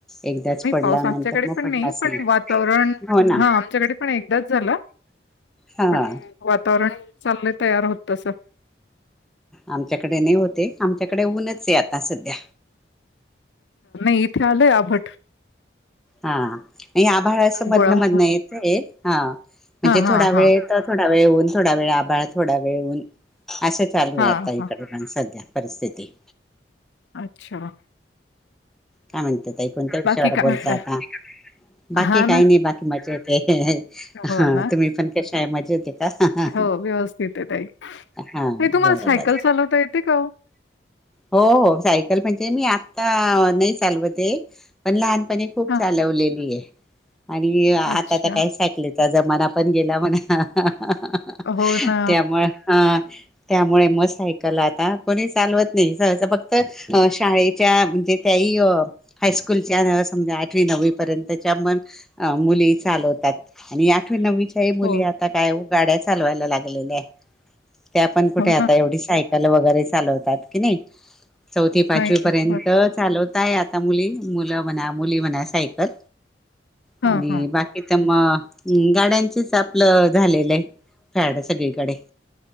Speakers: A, in the centre; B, on the left (about 75°).
A: एकदाच
B: नाही
A: पडल्यानंतर
B: पाऊस आमच्याकडे
A: मग
B: पण
A: पडलाच नाही
B: वातावरण
A: हो ना
B: हा आमच्याकडे पण एकदाच झाल.
A: हा
B: पण वातावरण चालले तयार होत तस
A: आमच्याकडे नाही होतय, आमच्याकडे ऊनच आहे आता सध्या.
B: इथ आलंय आफट
A: हा आभाळ असं मधन
B: गोळा होणार
A: मधनं येतय हा म्हणजे
B: हा हा
A: थोडा वेळ
B: हा
A: येत थोडा वेळ ऊन थोडा वेळ आभाळ, थोडा वेळऊन, असं चालू
B: हा
A: आहे आता
B: हा
A: इकड पण सध्या परिस्थिती
B: अच्छा.
A: काय म्हणत ताई, कोणत्या विषयावर
B: बाकी काय
A: बोलत
B: म्हणता
A: आता? बाकी
B: हा
A: काही
B: ना
A: नाही बाकी मजेत. हह
B: हो
A: हा
B: ना
A: तुम्ही पण कशा आहे मजेत आहे का
B: हो व्यवस्थित आहेे ताई,
A: हा
B: तुम्हाला
A: बरं
B: सायकल
A: बरं
B: चालवता येते का ओ <inaudible>
A: हो हो सायकल म्हणजे मी आत्ता नाही चालवत ये. पण लहानपणी खूप
B: हा
A: चालवलेली आहे. आणि आता
B: अच्छा
A: तर काय सायकलेचा जमाना पण गेला म्हणा हहह
B: हो ना
A: त्यामुळे ह त्यामुळे मग सायकल आता कोणी चालवत नाही सहसा फक्त शाळेच्या म्हणजे त्याही हायस्कूलच्या समजा आठवी दहावी रपर्यंत च्या चालवतात आणि आठवी नववी मुली
B: हो
A: आता काय गाड्या चालवायला लागलेल्या आहेत. आपण कुठे
B: हो
A: आता
B: ना
A: एवढी साय वगैरे चालवतात की नाही चौथी पाचवी
B: नाही
A: पर्यंत
B: ना हो ना.
A: चालव होताय आता मुली मुलं म्हणा, मुली म्हणा सायकल.
B: हां,
A: आणि
B: हां.
A: बाकी तर मग हम् गाड्यांचीच आपलं झालेलं आहे फॅड सगळीकडे